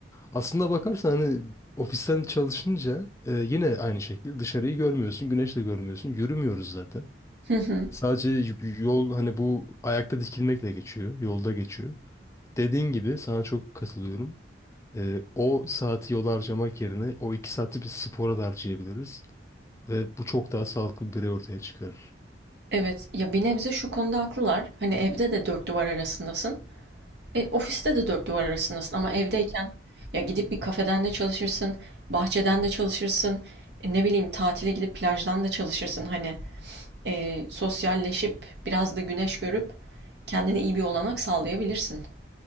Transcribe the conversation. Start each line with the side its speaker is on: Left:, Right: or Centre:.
Left: aslında bakarsan hani ofisten çalışınca e, yine aynı şekilde dışarıyı görmüyorsun, güneş de görmüyorsun. Yürümüyoruz zaten.
Right: Hı hı.
Left: Sadece y- yol hani bu ayakta dikilmekle geçiyor, yolda geçiyor. Dediğin gibi sana çok katılıyorum. E, o saati yola harcamak yerine o iki saati bir spora da harcayabiliriz ve bu çok daha sağlıklı bir birey ortaya çıkarır.
Right: Evet. Ya, bir nebze şu konuda haklılar. Hani, evde de 4 duvar arasındasın. E, ofiste de dört duvar arasındasın ama evdeyken ya gidip bir kafeden de çalışırsın, bahçeden de çalışırsın, e, ne bileyim tatile gidip plajdan da çalışırsın. Hani e, sosyalleşip biraz da güneş görüp kendine iyi bir olanak sağlayabilirsin.